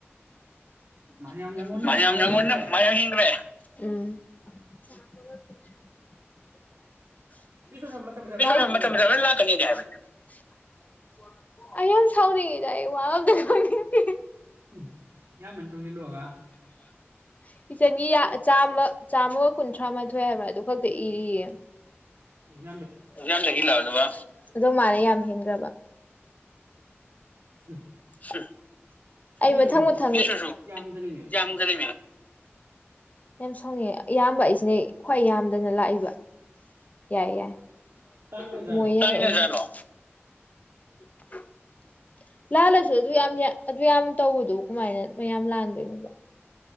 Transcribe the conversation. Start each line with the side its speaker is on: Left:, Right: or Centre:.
Left: <inaudible>
Right: ꯃꯥꯅ ꯌꯥꯝ ꯅꯪꯉꯣꯟꯗ ꯃꯥ ꯌꯥꯝ ꯍꯦꯟꯈ꯭ꯔꯦ
Left: <unintelligible> ꯎꯝ <unintelligible>
Right: ꯕꯤꯁꯣꯅ ꯃꯇꯝ ꯃꯇꯝ ꯂꯣꯏ ꯂꯥꯛꯀꯅꯤꯗꯤ ꯍꯥꯏꯕꯅꯦ
Left: ꯑꯩꯌꯥꯝ ꯁꯥꯎꯅꯤꯡꯉꯤꯗ ꯑꯩ ꯋꯥ ꯑꯃꯇ ꯉꯥꯡꯅꯤꯡꯗꯦ
Right: ꯍꯨꯝ ꯌꯥꯝꯃꯟ ꯇꯧꯁꯤꯜꯂꯨꯔꯒ
Left: <unintelligible> ꯆꯥꯝꯃ ꯆꯥꯝꯃꯒ ꯀꯨꯟꯊ꯭ꯔꯥ ꯃꯥꯊꯣꯏ ꯍꯥꯏꯕ꯭ꯔꯥ ꯑꯗꯨ ꯈꯛꯇ ꯏꯔꯤꯌꯦ
Right: ꯎꯝ
Left: <unintelligible> ꯑꯗꯨꯕ ꯑꯗꯣ ꯃꯥꯜꯂꯦ ꯌꯥꯝ ꯍꯦꯟꯒ꯭ꯔꯕ
Right: <unintelligible>
Left: <unintelligible> ꯑꯩ
Right: ꯕꯤꯁꯨꯁꯨ
Left: ꯃꯊꯪ ꯃꯊꯪ <unintelligible>
Right: ꯌꯥꯝꯗꯔꯤꯃꯤ
Left: ꯌꯥꯝꯖꯅꯤꯡ ꯌꯥꯝ ꯁꯥꯎꯅꯤꯡꯉꯦ ꯑꯌꯥꯝꯕ ꯑꯩꯁꯤꯅꯦ ꯈ꯭ꯋꯥꯏ ꯌꯥꯝꯗꯅ ꯂꯥꯛꯏꯕ ꯌꯥꯏ ꯌꯥꯏ <unintelligible>
Right: ꯇꯥꯡꯈ꯭ꯔꯖꯥꯠꯂꯣ
Left: <unintelligible> ꯂꯥꯜꯂꯁꯨ ꯑꯗꯨ ꯌꯥꯝ ꯑꯗꯨ ꯌꯥꯝ ꯇꯧꯕꯗꯣ ꯀꯃꯥꯏꯅ ꯃꯌꯥꯝ ꯂꯥꯟꯗꯣꯏꯅꯣꯕ